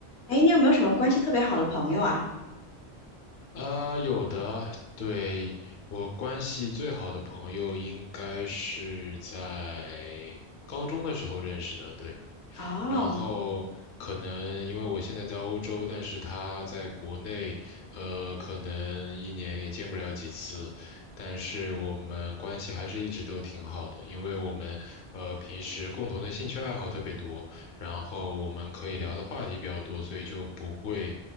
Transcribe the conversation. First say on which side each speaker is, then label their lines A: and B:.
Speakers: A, on the left; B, on the left.
A: 哎，你有没有什么关系特别好的朋友啊？
B: 呃，有的，对，我关系最好的朋友应该是在高中的时候认识的，对。
A: 哦，
B: 然后可能因为我现在在欧洲，但是他在国内，呃，可能一年也见不了几次，但是我们关系还是一直都挺好的，因为我们呃平时共同的兴趣爱好特别多，然后我们可以聊的话题比较多，所以就不会，